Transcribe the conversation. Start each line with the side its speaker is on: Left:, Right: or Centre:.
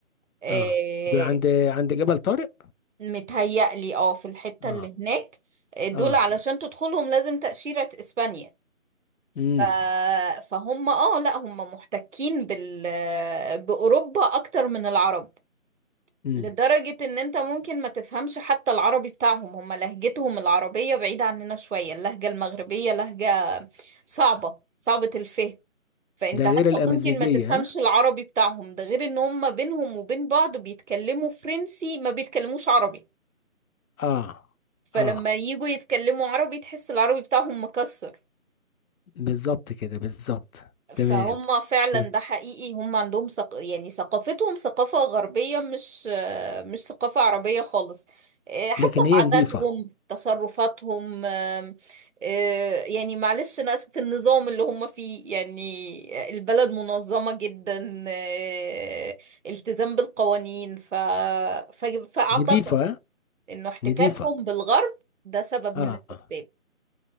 Right: آه،
Left: اه ده عند عند جبل طارق
Right: متهيألي اه في الحتة
Left: اه
Right: اللي هناك آه، دول
Left: اه
Right: علشان تدخلهم لازم تأشيرة اسبانيا ف...
Left: امم
Right: فهم اه لا هم محتكين بال... بأوروبا أكتر من العرب
Left: مم.
Right: لدرجة ان انت ممكن ما تفهمش حتى العربي بتاعهم هم لهجتهم العربية بعيدة عننا شوية اللهجة المغربية لهجة صعبة صعبة الفهم فانت
Left: ده
Right: حتى
Left: غير الأمازيغية
Right: ممكن ما تفهمش
Left: ها؟
Right: العربي بتاعهم ده غير ان هم بينهم وبين بعض بيتكلموا فرنسي ما بيتكلموش عربي
Left: اه
Right: فلما
Left: اه
Right: يجوا يتكلموا عربي تحس العربي بتاعهم مكسر
Left: بالظبط كده بالظبط
Right: فهم
Left: تمام
Right: فعلا
Left: تمام
Right: ده حقيقي هم عندهم ثق... يعني ثقافتهم ثقافة غربية مش مش ثقافة عربية خالص إيه، حتى
Left: لكن هي
Right: في
Left: نظيفة
Right: عاداتهم تصرفاتهم آم، آه، يعني معلش ناس في النظام اللي هم فيه يعني البلد منظمة جدا آه، التزام بالقوانين ف... ف... فأعتقد
Left: نظيفة
Right: إنه احتكاكهم
Left: نظيفة
Right: بالغرب ده سبب
Left: اه
Right: من الأسباب